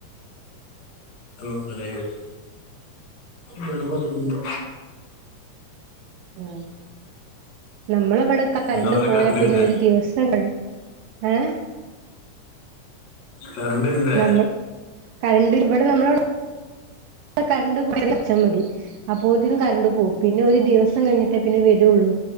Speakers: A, on the left; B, on the right.
A: ഉടനെ വെരും നടവാക്കുന്നില്ല.
B: അ നമ്മള് ഇവിടൊക്കെ കരന്റ്
A: എന്താ അവിടെ
B: പോയാ
A: കറണ്ട്
B: പിന്നെ
A: ഇല്ലേ
B: ഒരു ദിവസം കഴിഞ്ഞ് ഏ
A: കറണ്ട് ഇല്ലേ
B: നമ്മൾ കരന്റ്ഇവിടെ നമ്മളവടെ കരന്റ് <unintelligible> മതി അപ്പോത്തിന് കരന്റ് പോം പിന്നെ ഒരു ദിവസം കഴിഞ്ഞിട്ടേ പിന്നെ വെരുള്ളൂ